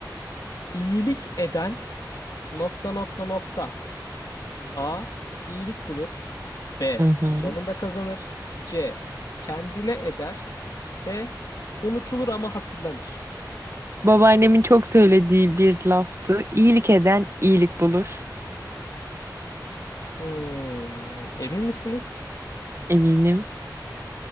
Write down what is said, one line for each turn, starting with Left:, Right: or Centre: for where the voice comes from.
Left: İyilik eden Nokta nokta nokta. A. iyilik bulur. B.
Right: Hı hı.
Left: Sonunda kazanır. C. Kendine eder. D. Unutulur ama hatırlanır.
Right: Babaannemin çok söylediği bir laftı. İyilik eden iyilik bulur.
Left: Hmm, emin misiniz?
Right: Eminim.